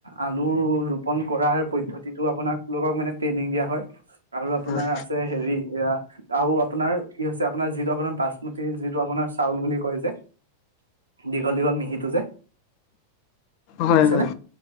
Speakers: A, on the right; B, on the left.
A: আলুৰ ৰোপণ কৰাৰ পদ্ধতিটো আপোনালোকক মানে ট্ৰেইনিং দিয়া হয় আৰু আপোনাৰ
B: হয়
A: আছে হেৰি এয়া আৰু আপোনাৰ কি হৈছে আপোনাৰ যিটো আপোনাৰ বাচমতি, যিটো আপোনাৰ চাউল বুলি কয় যে। <unintelligible> দীঘল-দীঘল মিহিটো যে,
B: হয়
A: শুনিছেনে?
B: হয় হয়